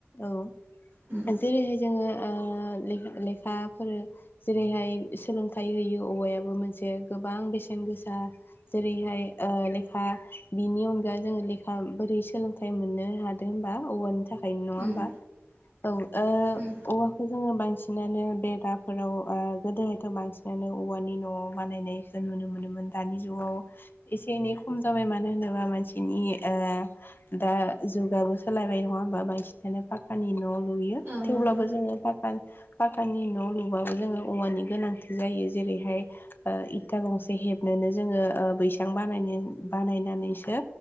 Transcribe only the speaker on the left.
औ
जेरैहाय जोङो ओ ले-लेखाफोर जेरैहाय सोलोंथाइ होयो औवायाबो मोनसे गोबां बेसेन गोसा जेरैहाय ओ लेखा बिनि अनगा जोंङो लेखा बोरै सोलों थाय मोननो हादों बा औवानि था खायनो नङा होमबा
औ ओ
औवाखौ जोङो बांसि नानो बेदाफोराव गोदोहायथ' बांसिनानो औवानि न'आव बानायनायखौ नुनो <unintelligible> मोनोमोन दानि जुगाव एसे एनै खम जाबाय मानो होनोबा मानसिनि ओ दा जुगाबो सोलायबाय नङा होमबा बांसिनानो पाख्खानि न' लुयो
थेवब्लाबो
जोङो पा पाक्कानि न' लुबाबो जोङो औवानि गोनांथि जायो जेरैहाय ओ इथा गंसे हेबनोनो जोङो ओ बैसां बानाय बानायनानैसो